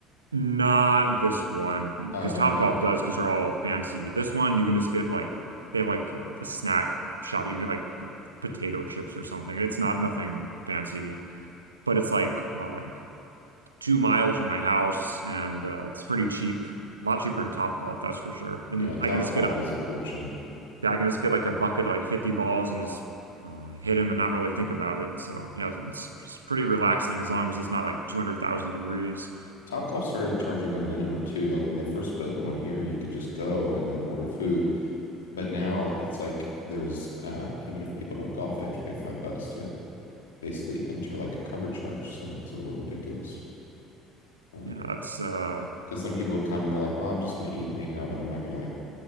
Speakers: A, on the right (about 90°); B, on the left (about 80°).
A: Not this one
B: Oh,
A: because Topgolf
B: okay.
A: does because they're all fancy. This one you can just get like they have like a snack shop. You can get like potato chips or something. It's not nothing fancy, but it's like what like two miles from my house and uh, it's pretty cheap. A lot cheaper than Topgolf, that's for sure. And
B: Yeah, Top
A: I can just
B: Golf
A: get a
B: is a fortune.
A: yeah, I can just get like a bucket of like 50 balls and just uh, hit him and not really think about it. So yeah, it's, it's pretty relaxing as long as it's not like 200,000 degrees.
B: Top Golf started charging a minimum too. Like when they first built the one here, you could just go and then order food. But now it's like there's uh even if people don't golf, they have to pay five bucks to basically enter like a cover charge. So it's a little ridiculous. Because
A: Yeah, that's uh
B: some people would come and they're like, well, I'm just going to eat and hang out, but I'm not going to like